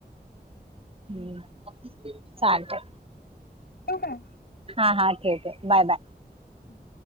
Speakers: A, on the right (about 35°); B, on the left (about 65°).
A: हम्म चालत.
B: ठेऊ काय?
A: हा हा ठीक आहे बाय बाय.
B: हम्.